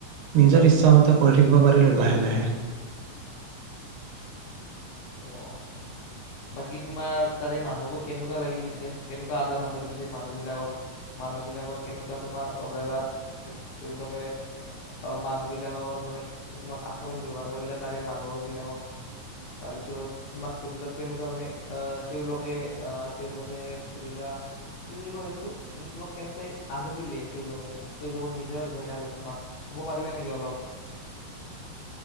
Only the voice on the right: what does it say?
নিজৰ ইচ্ছাামতে কৰি থাকিব পাৰিলো লাহে লাহে